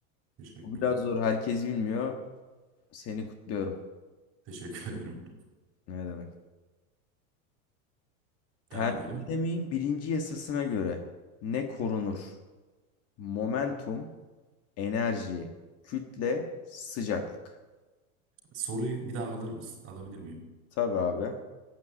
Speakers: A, on the right (about 30°); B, on the left (about 35°).
A: Teşekkürler.
B: Bu biraz zor. Herkes bilmiyor. Seni kutluyorum.
A: <laughs> Teşekkür ederim.
B: Ne demek? Termodinamiğin
A: Devam edelim.
B: birinci yasasına göre ne korunur? Momentum, enerji, kütle, sıcaklık.
A: Soruyu bir daha alır mısın? Alabilir miyim?
B: Tabii abi.